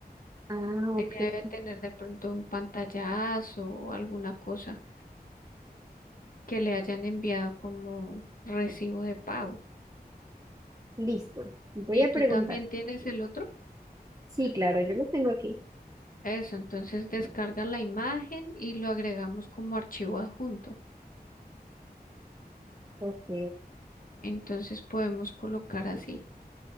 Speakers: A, on the right; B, on the left.
A: Ah, ok,
B: Ella debe tener de pronto un pantallazo o alguna cosa que le hayan enviado como recibo de pago.
A: listo. Voy
B: ¿Y
A: a
B: tú
A: preguntar.
B: también tienes el otro?
A: Sí, claro, yo lo tengo aquí.
B: Eso, entonces descarga la imagen y lo agregamos como archivo adjunto.
A: Ok,
B: Entonces podemos colocar así.